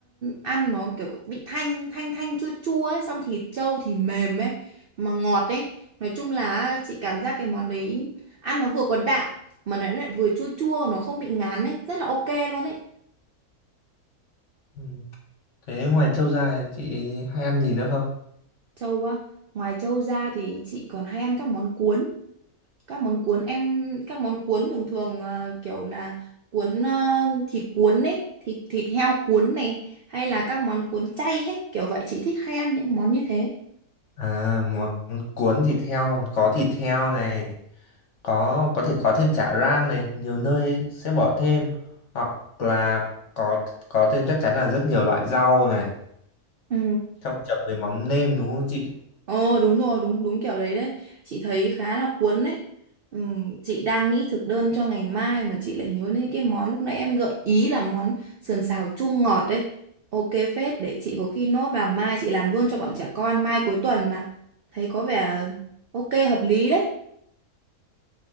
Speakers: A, on the right; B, on the left.
A: ăn nó kiểu bị thanh thanh thanh chua chua ấy, xong thịt trâu thì mềm ấy mà ngọt ấy. Nói chung là chị cảm giác cái món đấy ăn nó vừa có đạm mà nó lại vừa chua chua, nó không bị ngán ấy, rất là ok luôn ấy.
B: Ừm, Thế ngoài trâu ra thì chị hay ăn gì nữa không?
A: Trâu á, ngoài trâu ra thì chị còn hay ăn các món cuốn. các món cuốn em các món cuốn thường thường ờ, kiểu là cuốn ờ, thịt cuốn ấy thịt thịt heo cuốn này hay là các món cuốn chay ấy kiểu vậy chị thích hay ăn những món như thế
B: À, món cuốn thịt heo, có thịt heo này, có có thể có thêm chả ram này nhiều nơi sẽ bỏ thêm hoặc là có có thêm chắc chắn là rất nhiều loại rau này
A: ừ
B: trong chấm với mắm nêm đúng không chị
A: ồ đúng rồi đúng đúng kiểu đấy đấy chị thấy khá là cuốn đấy ừ, chị đang nghĩ thực đơn cho ngày mai mà chị lại nhớ đến cái món lúc nãy em gợi ý là món sườn xào chua ngọt đấy ok phết để chị có khi nốt vào mai chị làm luôn cho bọn trẻ con mai cuối tuần mà thấy có vẻ ok hợp lý đấy